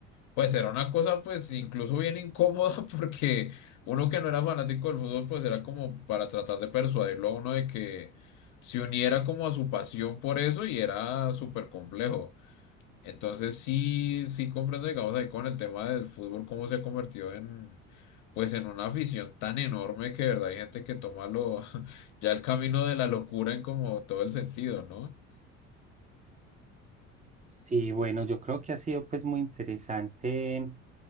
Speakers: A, on the left; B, on the right.
A: pues era una cosa pues incluso bien incómoda <laughs> porque uno que no era fanático del fútbol pues era como para tratar de persuadirlo a uno de que se uniera como a su pasión por eso y era súper complejo. Entonces sí, sí comprendo digamos ahí con el tema del fútbol cómo se ha convertido en pues en una afición tan enorme que de verdad hay gente que toma lo, <laughs> ya el camino de la locura en como todo el sentido, ¿no?
B: Sí, bueno, yo creo que ha sido pues muy interesante eh,